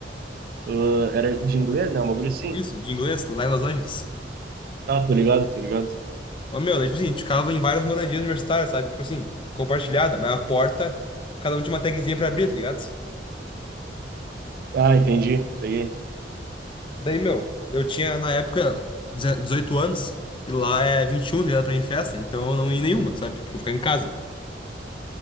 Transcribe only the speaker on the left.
Isso, de inglês, lá em Los Angeles.
Ó, meu, daí, tipo assim, a gente ficava em várias moradias universitárias, sabe? Tipo assim, compartilhada, mas a porta, cada um tinha uma tagzinha pra abrir, tá ligado?
Daí, meu, eu tinha na época deze- 18 anos e lá é 21, tá ligado pra ir em festa, então eu não ia em nenhuma, sabe? Tipo, ficar em casa.